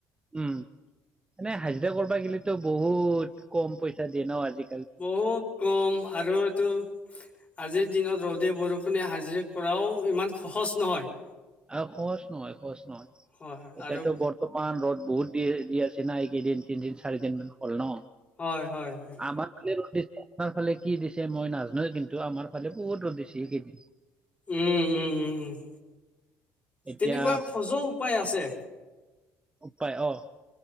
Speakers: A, on the right; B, on the left.
A: উম' এনে হাজিৰা কৰবা গিলেতো বহুত কম পইচা দিয়ে ন আজিকালি।
B: বহুত কম আৰু এইটো আজিৰ দিনত ৰ'দে-বৰষুণে হাজিৰা কৰাও ইমান সহজ নহয়।
A: আৰু সহজ নহয় সহজ নহয়,
B: হয় হয়
A: এতিয়াতো
B: আৰু
A: বৰ্তমান ৰ'দ বহুত দি দি আছে। যি এইকেইদিন তিনদিন, চাৰি দিন মান হ'ল ন,
B: হয় হয় হয়
A: আমাৰফালে ৰ'দ দিছিলে তাৰ ফালে কি দিছে মই নাজানোৱে কিন্তু, আমাৰ ফালে বহুত ৰ'দ দিছে এইকেইদিন।
B: উম উম উম উ'
A: এতিয়া
B: তেনেকুৱা সজ উপায় আছে।
A: উপাই অ'